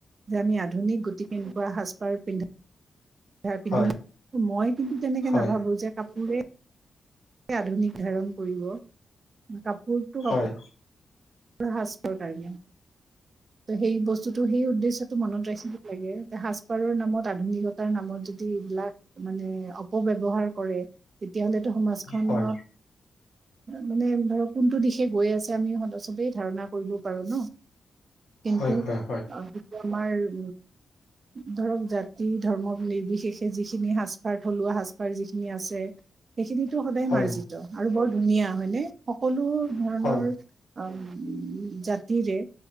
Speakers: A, on the right; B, on the left.
A: যে আমি আধুনিক গতিকে এনেকুৱা সাজপাৰ পিন্ধা- পিন্ধিল,
B: হয়
A: মই কিন্তু তেনেকে
B: হয়
A: নাভাবো যে কাপোৰে- আধুনিক ধাৰণ কৰিব, কাপোৰটো
B: হয়
A: কাপোৰ-
B: হয়
A: সাজ-পাৰৰ কাৰণে, সেই বস্তুটো সেই উদ্দেশ্যত- টো মনত ৰাখিব লাগে যে সাজ পাৰৰ নামত আধুনিকতাৰ নামত যদি এইবিলাক- মানে অপব্যৱহাৰ কৰে- তেতিয়াহলেতো সমাজখনত
B: হয়
A: মানে ধৰক কোনটো দিশে গৈ আছে আমি সদস- চবেই ধাৰণা কৰিব পাৰো ন, কিন্তু
B: হয় হয়
A: অঁ সেইটো আমাৰ- ধৰক জাতি ধৰ্মৰ নিৰ্বিশেষ- যিখিনি সাঁজপাৰ থলুৱা সাঁজপাৰ যিখিনি আছে- সেইখিনিটো সদায়
B: হয়
A: মাৰ্জিত
B: হয় হয়
A: আৰু বৰ ধুনীয়া হয়নে? সকলো ধৰণৰ-
B: হয় হয়
A: অঁম জাতিৰে-